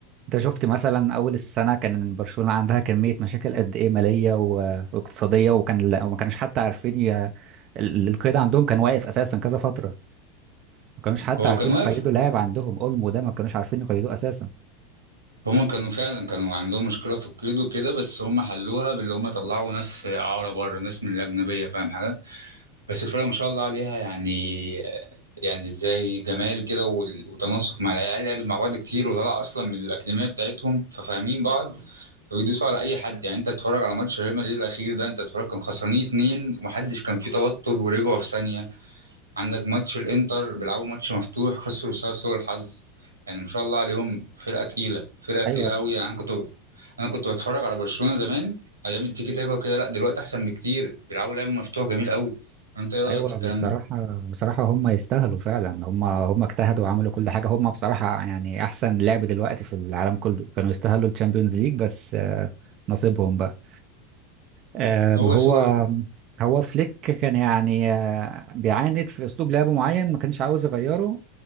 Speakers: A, on the right; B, on the right.
A: انت شفت مثلا اول السنه كان برشلونه عندها كميه مشاكل قد ايه ماليه و... واقتصاديه وكان لا- وما كانوش حتى عارفين ي... ال- القيد عندهم كان واقف اساسا كذا فتره ما كانوش حتى
B: هو
A: عارفين
B: كان واقف
A: يقيدوا لاعب عندهم اولمو ده ما كانوش عارفين يقيدوه اساسا
B: هما كانوا فعلا كانوا عندهم مشكلة في القيد وكده بس هما حلوها باللي هما طلعوا ناس إعارة بره ناس من الأجنبية فاهم حاجة بس الفرقة ما شاء الله عليها يعني يعني ازاي جمال كده وال- وتناسق مع العيال لعبت مع بعض كتير وطلع أصلا من الأكاديمية بتاعتهم ففاهمين بعض فبيدوسوا على أي حد يعني أنت تتفرج على ماتش ريال مدريد الأخير ده أنت تتفرج كان خسرانين اتنين ومحدش كان فيه توتر ورجعوا في ثانية عندك ماتش الانتر بيلعبوا ماتش مفتوح خسروا بسبب سوء الحظ يعني ما شاء الله عليهم فرقه تقيله فرقه تقيله
A: ايوه
B: قوي يعني انا كنت انا كنت بتفرج على برشلونه زمان ايام التيكي تاكا وكده لا دلوقتي احسن بكتير بيلعبوا لعب مفتوح جميل قوي انت ايه رايك
A: ايوه
B: في الكلام
A: بصراحه
B: ده
A: بصراحه هم يستاهلوا فعلا هم هم اجتهدوا وعملوا كل حاجه هم بصراحه يعني احسن لعب دلوقتي في العالم كله كانوا يستاهلوا الشامبيونز ليج بس آه، نصيبهم بقى آم،
B: هو
A: هو
B: سوء ال-
A: هو فليك كان يعني آه، بيعاند في اسلوب لعب معين ما كانش عاوز يغيره